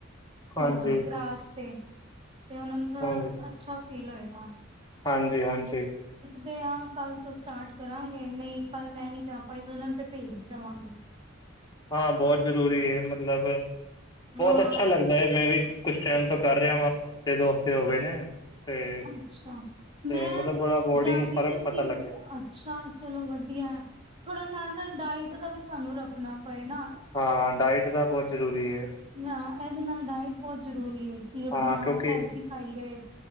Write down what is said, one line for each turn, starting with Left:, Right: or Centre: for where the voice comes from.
Left: ਹਾਂਜੀ,
Right: ਅਹ ਗ੍ਰਸ ਤੇ ਤੇ ਉਹਨਾ ਨੂੰ ਥੋੜਾ
Left: ਹਾਂਜੀ,
Right: ਅੱਛਾ ਫੀਲ ਹੋਏਗਾ
Left: ਹਾਂਜੀ ਹਾਂਜੀ
Right: ਦੇ ਹਾਂ ਕੱਲ ਤੋਂ ਸਟਾਰਟ ਕਰਾਂਗੇ ਨਹੀਂ ਕੱਲ ਮੈਂ ਨਹੀਂੀ ਜਾ ਪਾਈ ਉਹਨਾਂ ਨੂੰ ਤੇ ਭੇਜ ਹੀ ਦੇਵਾਂਗੀ
Left: ਹਾਂ ਬਹੁਤ ਜ਼ਰੂਰੀ ਹੈ ਮਤਲਬ ਬਹੁਤ
Right: ਹਾਂ
Left: ਅੱਛਾ ਲੱਗਦਾ ਹੈ ਮੈਂ ਵੀ ਕੁਛ ਟਾਈਮ ਤੋਂ ਕਰ ਰਿਹਾ ਹਫ਼ਤੇ ਦੋ ਹਫ਼ਤੇ ਹੋ ਗਏ ਨੇ ਤੇ
Right: ਅੱਛਾ
Left: ਤੇ
Right: ਮੈਂ
Left: ਮਤਲਬ ਬੜਾ ਬੋਡੀ
Right: ਜਾਦੀ
Left: ਨੂੰ ਫ਼ਰਕ
Right: ਤਾਂ ਸੀ
Left: ਪਤਾ ਲੱਗਿਆ
Right: ਅੱਛਾ ਚਲੋ ਵਧੀਆ ਥੋੜਾ ਨਾਲ ਨਾਲ ਡਾਇਟ ਦਾ ਵੀ ਸਾਨੂੰ ਰੱਖਣਾ ਪਏ ਨਾ
Left: ਹਾਂ ਡਾਇਟ ਤਾਂ ਬਹੁਤ ਜ਼ਰੂਰੀ ਏ
Right: ਨਾ ਇਹਦੇ ਨਾਲ ਡਾਇਟ ਬਹੁਤ ਜ਼ਰੂਰੀ ਹੈ ਕਿ ਆਪਣਾ
Left: ਹਾਂ ਕਿਉਂਕਿ
Right: ਹੈਲਦੀ ਖਾਈਏ